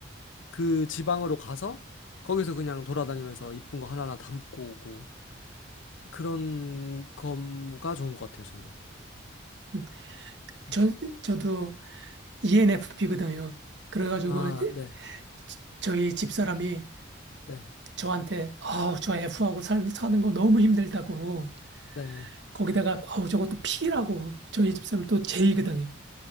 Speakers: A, on the left; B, on the right.
A: 그 지방으로 가서 거기서 그냥 돌아다니면서 이쁜 거 하나하나 담고 오고 그런 거가 좋은 것 같아요, 저는.
B: 음.
A: 음.
B: 저, 저도 ENFP거든요. 그래가지고
A: 아,
B: 이제
A: 네,
B: 지- 저희 집사람이
A: 네,
B: 저한테, 아, 저 F하고 살, 사는 거 너무 힘들다고.
A: 네,
B: 거기다가, 아우, 저것도 P라고. 저희 집사람 또 J거든요.